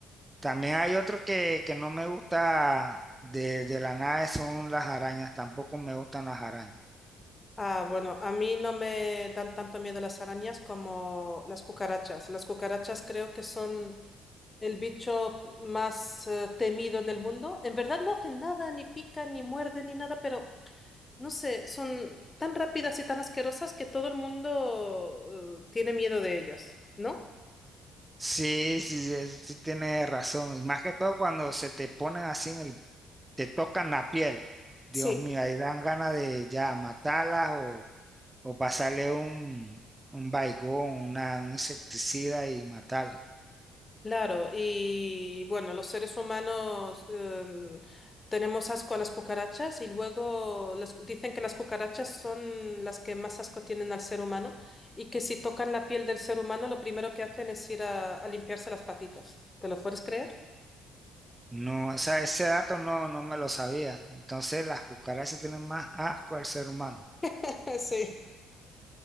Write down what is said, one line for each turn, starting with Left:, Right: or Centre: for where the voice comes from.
Right: También hay otro que, que no me gusta de, de la nada, son las arañas. Tampoco me gustan las arañas.
Left: Ah, bueno, a mí no me dan tanto miedo las arañas como las cucarachas. Las cucarachas creo que son el bicho más eh, temido en el mundo. En verdad no hacen nada, ni pican, ni muerden, ni nada, pero No sé, son tan rápidas y tan asquerosas que todo el mundo eh, tiene miedo de ellas, ¿no?
Right: Sí, sí, sí, es- sí, tienes razón. Y más que todo cuando se te ponen así, en el- te tocan la piel. Dios
Left: Sí,
Right: mío, ahí dan ganas de ya matarlas o, o pasarle un, un baigón, una, un insecticida y matarlas.
Left: Claro, y bueno, los seres humanos em, tenemos asco a las cucarachas y luego las- dicen que las cucarachas son las que más asco tienen al ser humano y que si tocan la piel del ser humano lo primero que hacen es ir a, a limpiarse las patitas. ¿Te lo puedes creer?
Right: No, o sea, ese dato no, no me lo sabía. Entonces las cucarachas tienen más asco al ser humano.
Left: <laughs> sí.